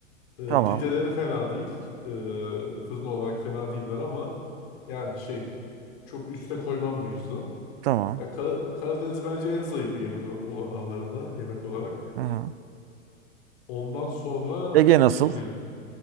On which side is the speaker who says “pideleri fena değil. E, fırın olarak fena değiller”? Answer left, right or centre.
Left